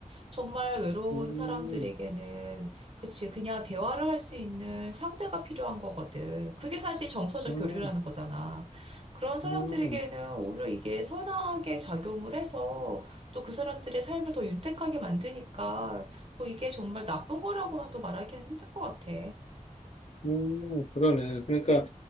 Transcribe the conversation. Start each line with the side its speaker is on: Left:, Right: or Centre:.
Right: 정말 외로운
Left: 음,
Right: 사람들에게는, 그치, 그냥 대화를 할 수 있는 상대가 필요한 거거든. 그게 사실 정서적
Left: 음,
Right: 교류라는 거잖아. 그런 사람들에게는
Left: 음,
Right: 오히려 이게 선하게 작용을 해서 또 그 사람들의 삶을 더 윤택하게 만드니까 뭐 이게 정말 나쁜 거라고는 또 말하기는 힘든 것 같아.
Left: 음, 그러네. 그러니까